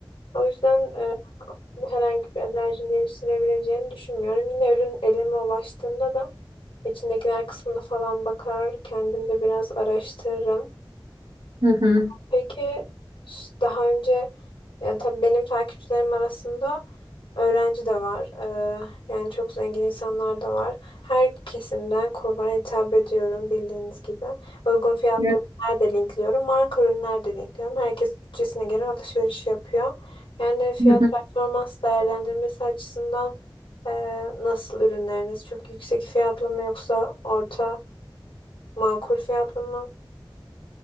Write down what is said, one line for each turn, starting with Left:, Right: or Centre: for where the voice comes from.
Left: O yüzden e, herhangi bir alerji geliştirebileceğini düşünmüyorum. Yine ürün elime ulaştığında da içindekiler kısmına falan bakar. Kendim de biraz araştırırım.
Right: Hı hı.
Left: Peki ş- daha önce yani tabii benim takipçilerim arasında öğrenci de var. Ee, yani çok zengin insanlar da var. Her kesimden kulvara hitap ediyorum bildiğiniz gibi. Uygun fiyatlı
Right: Evet.
Left: ürünler de linkliyorum. Marka ürünler de linkliyorum. Herkes bütçesine göre alışveriş yapıyor. Yani fiyat
Right: Hı hı.
Left: performans değerlendirmesi açısından e, nasıl ürünleriniz? Çok yüksek fiyatlı mı yoksa orta makul fiyatlı mı?